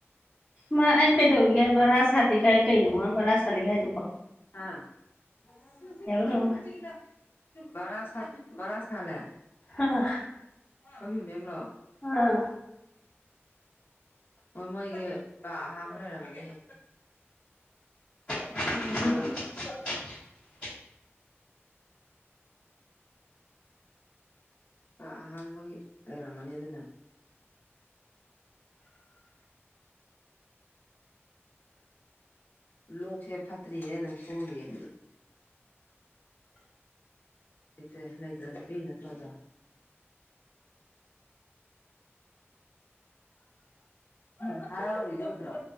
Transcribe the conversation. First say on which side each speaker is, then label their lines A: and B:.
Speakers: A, on the left; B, on the left.
A: ꯃꯥ ꯑꯩꯅ ꯀꯩꯗꯧꯔꯤꯒꯦ ꯕꯔꯥ ꯁꯥꯠꯂꯤꯒꯥꯏ ꯀꯩꯅꯣ ꯃꯥ ꯕꯔꯥ ꯁꯥꯂꯤꯒ ꯍꯥꯏꯗꯨꯀꯣ
B: ꯑ <unintelligible>
A: ꯀꯩꯅꯣꯝ ꯍꯥꯏ
B: <unintelligible> ꯕꯔ ꯕꯔꯁꯟ ꯈꯂꯦ
A: ꯑꯥ
B: ꯈꯣꯏꯕꯤ ꯃꯦꯝꯂꯣ
A: ꯑꯥ
B: ꯍꯣꯏ ꯃꯣꯏꯁꯦ ꯀ ꯑꯍꯥꯡꯕ ꯂꯩꯔꯝꯒꯅꯤ
A: <inaudible>
B: <inaudible> <inaudible> <inaudible> ꯀꯍꯥꯡꯕꯒꯤ ꯂꯩꯔꯝꯒꯅꯤ ꯑꯗꯨꯅ
A: <inaudible>
B: ꯂꯣꯛꯁꯦ ꯐꯠꯇ꯭ꯔꯤꯌꯦ ꯑꯗꯨꯝ ꯈꯣꯡꯏꯌꯦ ꯂꯩꯇꯦ ꯂꯩꯇꯗꯅꯄꯤꯤ ꯅꯠꯇ꯭ꯔꯣꯖ <inaudible> ꯍꯥꯏꯥꯎꯖꯗ꯭ꯔꯣ